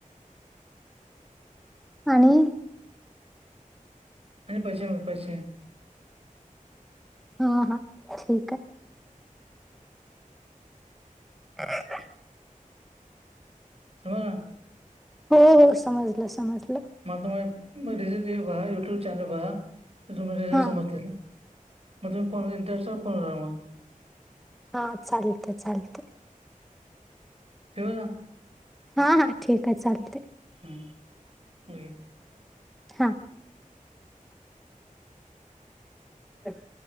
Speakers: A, in the centre; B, on the right (about 45°).
A: आणि.
B: आणि पैसे म पैसे.
A: हा हा ठीक हाय. <inaudible>
B: समजलं.
A: हो हो समजलं समजलं.
B: म तुम्हा <unintelligible> यूट्यूब चॅनल बघा. तुम्ही रिझल
A: हां.
B: समजतील मग तुम्ही इंटरवटवर फोन करा मग
A: हा चालतेयं चालतेयं.
B: ठेवू ना
A: हा हा ठीक आहे चालतेयं.
B: हम् होय.
A: हा. अ <unintelligible>